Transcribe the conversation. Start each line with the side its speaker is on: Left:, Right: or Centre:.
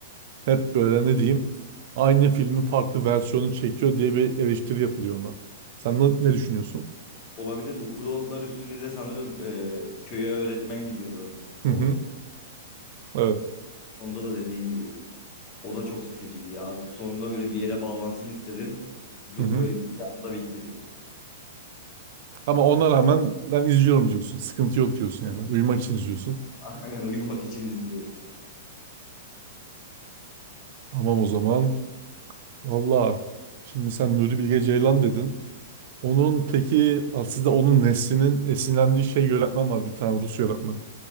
Right: Hep böyle ne diyeyim aynı filmin farklı versiyonu çekiyor diye bir eleştiri yapılıyor ona. Sen ne, ne düşünüyorsun?
Left: Olabilir bu kuru otlar üstüne de sanırım e, köye öğretmen gidiyordu o.
Right: Hı hı, evet.
Left: Onda da dediğin gibiydi. O da çok sıkıcıydı ya. Artık sonunda böyle bir yere bağlansın istedim. Du-
Right: Hı hı.
Left: böyle bir anda bitti film.
Right: Ama ona rağmen ben izliyorum diyorsun. Sıkıntı yok diyorsun yani. Uyumak için izliyorsun.
Left: Aynen uyumak için izliyorum.
Right: Tamam o zaman. Valla şimdi sen Nuri Bilge Ceylan dedin. Onun peki aslında onun neslinin esinlendiği şey yönetmen var bir tane Rus yönetmen.